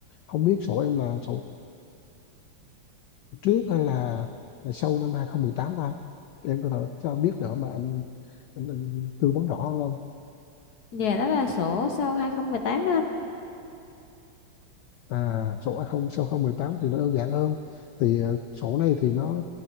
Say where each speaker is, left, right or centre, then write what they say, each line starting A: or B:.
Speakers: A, on the left (about 80°); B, on the left (about 55°).
A: không biết sổ em là sổ trước hay là, là sau năm 2018 ta em có thể cho biết đỡ mà anh, anh, anh tư vấn rõ hơn không
B: Dạ đó là sổ sau 2018 đó anh.
A: À, sổ A0 sau 018 thì nó đơn giản hơn. Thì ờ, sổ này thì nó